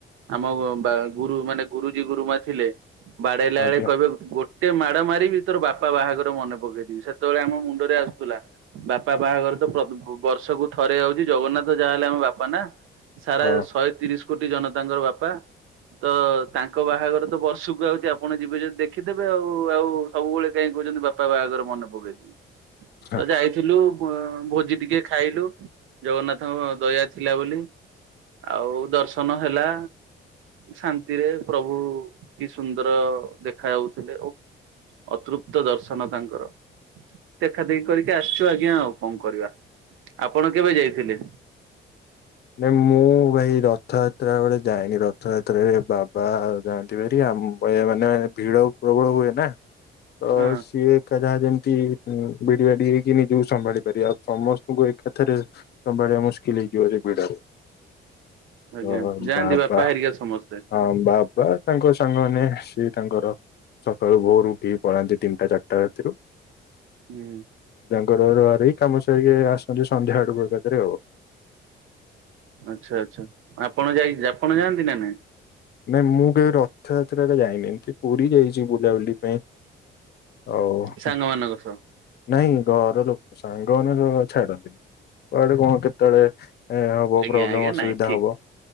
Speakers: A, on the right; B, on the left.
A: ଆମ ବା ଗୁରୁ ମାନେ ଗୁରୁଜୀ ଗୁରୁମା ଥିଲେ ବାଡେଇଲା
B: ଆଜ୍ଞା
A: ବେଳେ କହିବେ ଗୋଟ ଗୋଟେ ମାଡ ମାର ବିି ତୋର ବାପା ବାହାଘର ମନେ ପକେଇଦବି ସେତେବେଳେ ଆମ ମୁଣ୍ଡରେ ଆସୁଥିଲା ବାପା ବାହାଘର ବର୍ଷକୁ ଥରେ ଯାଉଛି ଜଗନ୍ନାଥ ଯାହାହଲେ ଆମ ବାପା ନା ସାରା
B: ହଁ
A: ଶହେ ତିରିଶ। କୋଟି ଜନ ତାଙ୍କର ବାପା ତ ତାଙ୍କ ବାହାଘର ତ ବର୍ଷକୁ ଆଉଛି। ଆପଣ ଯିବେ ଯଦି ଦେଖିଦେବେ ଆଉ ଆଉ ସବୁବେଳେ କାଇହିଁ କହୁଛନ୍ତି ବାପା ବାହାଘର ମନେ ପକେଇଦବି।
B: ହଁ,
A: ତ ଯାଇଥିଲୁ। ଭୋଜି ଟିକେ ଖାଇଲୁ ଜଗନ୍ନାଥଙ୍କ ଦୟା ଥିଲା ବୋଲି। ଆଉ ଦର୍ଶନ ହେଲା ଶାନ୍ତିରେ ପ୍ରଭୁ କି ସୁ ଠାକୁର ଦେଖା ଯାଉଥିଲେ ଆଉ ଅତୃପ୍ତ ଦର୍ଶନ ତାଙ୍କର। ଦେଖା ଦେଖି କରିକି ଆସିଛୁ ଆଜ୍ଞା ଆଉ କଣ କରିବା ଆପଣ କେବେ ଯାଇଥିଲେ?
B: ନାଇ ମୁଁ ଭାଇ ରଥ ଏରା କୁଆଡେ ଯାଇନି ରଥ ଯାତ୍ରା ବେଳେ ଯାଇନି ରଥଯାତ୍ରାରେ ବାବା ଆ ଜାଣିନ୍ତିିବାରି ଆମ ଏ ମାନେ ଭିଡ ପ୍ରବଳ। ହୁଏ ନା ତ
A: ହଁ
B: ସିଏ ଏକା ଯାହା ଯେମତି ବିଡି ବାଡି ନିଜକୁ ସମ୍ଭାଳି ପାରିବା ଆଉ ସମସ୍ତଙ୍କୁ ଏକାଥରେ ସମ୍ଭାଳିବା ମୁସ୍କିଲ ହେଇଯିବ ଯେ ଡ଼ରେ
A: ଆଜ୍ଞା
B: ଓହୋ
A: ଯାଆନ୍ତି
B: ବାବା
A: ବାପା ହେରିକା ସମସ୍ତେ।
B: ହଁ ବାବା। ତାଙ୍କ ସାଙ୍ଗମାନେ ଆସିବା ତାଙ୍କର ସକାଳୁ ଭୋର ଉଠିକି ପଳାନ୍ତି ତିନିଟା ଚାରିଟା ରାତିରୁ।
A: ହୁଁ।
B: ଘରରୁ କାମ ସିରିକି ଆସନ୍ତି ସନ୍ଧ୍ୟା ଆଡକୁ ଏକାଥରେ ଆଉ।
A: ଆଚ୍ଛା ଆଚ୍ଛା ଆପଣ ଯାଇ ଆପଣ ଯାଆନ୍ତି ନା ନାଇଁ।
B: ନାଇଁ ମୁଁ କେବେ ରଥଯାତ୍ରା ରେ ଯାଇନି ଏମିତି ପୁରୀ ଯାଇଛି ବୁଲାବୁଲି ପାଇଁ। ହୋଉ
A: ସାଙ୍ଗମାନଙ୍କ ସହ?
B: ନାଇଁ ଘର ଲୋକ ସାଙ୍ଗମାନେ ଛାଡନ୍ତିନି। କଆଡେ କଣ କେତେବେଳେ ହବ
A: ଆଜ୍ଞା
B: ପ୍ରୋବ୍ଲେମ
A: ଆଜ୍ଞା
B: ଅସୁବିଧା
A: ନାଇଁ ଠିକ
B: ହବ।